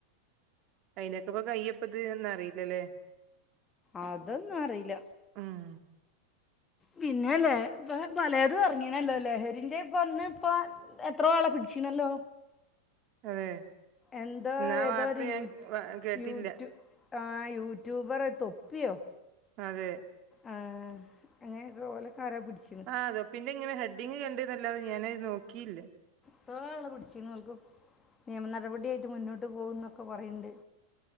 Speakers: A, on the right; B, on the left.
A: അയിനൊക്കെ ഇപ്പ കയ്യപ്പത് എന്നറിയില്ലല്ലേ
B: അതൊന്നും അറിയില്ല
A: ഉം
B: പിന്നെല്ലെ ഇപ്പം പലതും ഇറങ്ങീണല്ലോ ലഹരിൻ്റെ ഇപ്പം വന്ന് ഇപ്പൊ എത്ര ആളൊ പിടിച്ചീണല്ലോ
A: അതെ
B: എന്തോ
A: എന്നാ
B: ഏതൊരു
A: വാർത്ത ഞാൻ
B: യുറ്റ്
A: കേട്ടില്ല
B: യുറ്റു ആ യൂട്യൂബറ് തൊപ്പിയോ
A: അതെ
B: ആ അങ്ങനെയൊക്കെ ഓലൊക്കെ ആരാ പിടിച്ചിന്ന്
A: ആ അതോ പിന്നെ ഇങ്ങനെ ഹെഡിങ് കണ്ടിന്നാല്ലോ ഞാന് നോക്കില്ല
B: എത്ര ള്ള പിടിച്ചീങ്ങോൾക്ക് നിയമ നടപടിയായിട്ട് മുന്നോട്ട് പോകും ന്നൊക്കെ പറയ്ണ്ട്